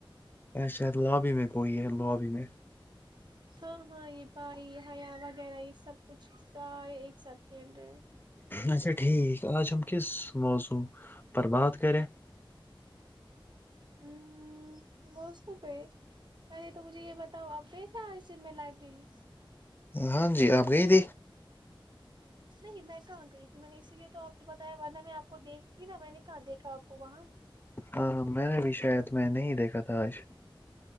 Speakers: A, on the left; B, on the right.
A: اچشا لابی میں کوئی ہے لابی میں
B: ہاں ہاں یہ پائی ہیا وغیرہ اس سب کچھ سارے ایک ساتھ کھیل رہے ہیں
A: اچھا ٹھیک آج چ ہم کس موضع پر باد کرے
B: ہ مو پ ہے پہلے تو مجھے یہ بتاؤ آپ گئے تھے آج اس دن میں لائبریری
A: ہاں جی آپ گئی ت
B: نہیں میں کہاں گئی تھی میں نے اسی لیے تو آپ کو بتایا والدہ میں آپ کو دیکھتیھی نا میں نے کہاں دیکھا آپ کو وہاں
A: ہاں میں نے بھی شاید میں نہیں دیکھا تھا آج